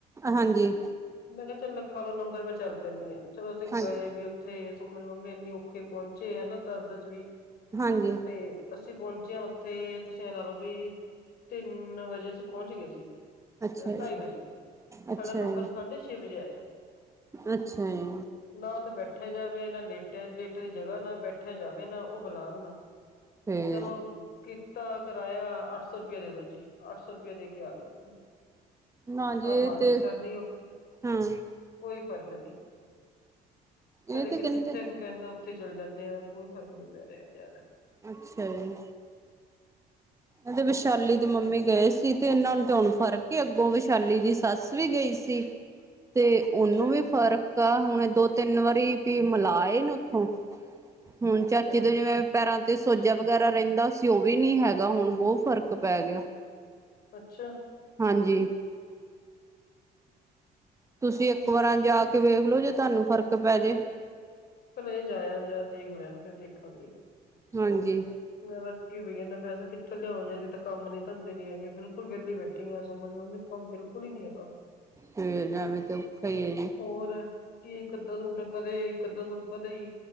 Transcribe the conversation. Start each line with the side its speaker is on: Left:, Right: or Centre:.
Right: ਹਾਂਜੀ।
Left: ਮੈ ਕੇਆ ਚਲ ਲਿਖਾ ਲੋ ਨੰਬਰ ਮੈਂ ਚਲ ਪੈਂਨੀ ਆ। ਚਲੋ ਅਸੀ
Right: ਹਾਂਜੀ
Left: ਗਏ ਵੀ ਉੱਥੇ ਸੁਮਨ ਮੰਮੀ ਏਨੀ ਔਖੇ ਪਹੁੰਚੇ ਹੇਨਾ ਦ੍ਰਦ ਚ ਵੀ।
Right: ਹਾਂਜੀ।
Left: ਤੇ, ਅਸੀਂ ਪ੍ਹੋਚੇਆ ਓੱਥੇ, ਤੂਸੀ ਐਂ ਲਾ ਲਓ ਵੀ ਤਿੰਨ ਵਜੇ ਅਸੀਂ ਪ੍ਹੋਂਚਗੇ ਸੀ।
Right: ਅੱਛਾ
Left: ਟਾਈ
Right: ਜੀ
Left: ਵਜੇ,
Right: ਅੱਛਾ
Left: ਸਾਡਾ ਨੰਬਰ
Right: ਜੀ
Left: ਸਾਡੇ ਛੇ ਵਜੇ ਆਏਆ।
Right: ਅੱਛਾ ਈ
Left: ਨਾ ਓੱਥੇ ਬੈਠੇਆ ਜਾਵੇ ਨਾ ਲੇਟੇਆ, ਲੇਟਨ ਦੀ ਜਗਾ ਨਾ ਬੈਠੇਆ ਜਾਵੇ ਨਾ, ਓ ਬੁਲਾਨ ਨਾ,
Right: ਫੇਰ
Left: ਚਲੋ ਕੀਤਾ ਕਰਾਏਆ ਅੱਠ ਸੌ ਰਪੇ ਦੇਦੋ ਜੀ, ਅੱਠ ਸੌ ਰਪਏ ਦੇਕੇ ਆਗਿਆ
Right: ਨਾ ਜੀ ਇਹ
Left: ਆ ਮਾਲਿਸ਼
Right: ਤੇ
Left: ਕਰ ਲਿਓ,
Right: ਹਾਂ
Left: ਕੋਈ ਫ੍ਰਕ ਨੀ
Right: ਇਹ
Left: ਕਦੇ
Right: ਤੇ
Left: ਕਿ
Right: ਕਹਿੰਦੇ
Left: ਜਿੱਥੇ ਕੋਈ ਕੈਂਦਾ ਓੱਥੇ ਚਲ ਜਾਂਦੇ ਆ ਕੋਈ ਫ੍ਰਕ ਨੀ ਪੈ ਰੇਆ ਯਾਰ।
Right: ਅੱਛਾ ਈ। ਏਤੇ ਵੈਸ਼ਾਲੀ ਦੇ ਮੰਮੀ ਗਏ ਸੀ ਤੇ ਏਨਾਂ ਨੂ ਤੇ ਹੁਨ ਫ੍ਰਕ ਏ ਅੱਗੋਂ ਵੈਸ਼ਾਲੀ ਦੀ ਸੱਸ ਵੀ ਗਈ ਸੀ। ਤੇ
Left: ਅੱਛਾ
Right: ਓਨੂ ਵੀ ਫਰਕ ਕਾ ਹੁਣ ਏ ਦੋ ਤਿੰਨ ਵਾਰੀ ਵੀ ਮਲਾ ਆਏ ਨੇ ਓੱਥੋਂ, ਹੁਨ
Left: ਅੱਛਾ
Right: ਚਾਚੀ ਤੋਂ ਜਿਵੇਂ ਪੈਰਾਂ ਤੇ ਸੋੱਜਾ ਵਗੈਰਾ ਰੈਂਦਾ ਸੀ ਓਵੀ ਨੀ ਹੈਗਾ ਹੁਣ ਬ੍ਹੋ ਫ਼ਰਕ ਪੈ ਗਿਆ।
Left: ਅੱਛਾ।
Right: ਹਾਂਜੀ। ਤੂਸੀ
Left: ਚਲੋ
Right: ਏਕ
Left: ਬਾਕੀ
Right: ਵਾਰਾਂ ਜਾ ਕੇ ਵੇਖਲੋ ਜੇ ਤੂਆਨੂੰ ਫ਼ਰਕ ਪੈ ਜੇ।
Left: ਪਹਿਲਾ ਏ ਜਾ ਆਨ ਜਰਾ ਦੇਖ ਲੇਨ ਫੇਰ ਦੇਖਾਂਗੇ।
Right: ਹਾਂਜੀ।
Left: ਮੈਂ ਤਾਂ ਅਕੀਂ ਪਈਆਂ ਏਨਾ ਪੈਸਾ ਕਿ ਕਿਥੋਂ ਲੇਆਵਾਂ ਜਰੀ ਤਾਂ ਕੰਮ ਨੀ, ਧੰਦੇ ਨੀ ਹੈਗੇ ਬਿਲਕੁਲ ਵੈਲੀ ਬੈਠੀ ਆਂ ਸੋਮਾ ਦੀ ਮੰਮੀ ਕੰਮ ਬਿਲਕੁਲ ਈ ਨੀ ਹੈਗਾ।
Right: ਫੇਰ ਐਂਵੇ ਤੇ ਔਖਾ ਈ ਐ ਜੀ।
Left: ਹੋਰ ਕੀ ਇਕ ਅਧਾ ਸੂਟ ਕਦੇ ਇਕ ਅਧਾ ਸੂਟ ਕਦੇਈ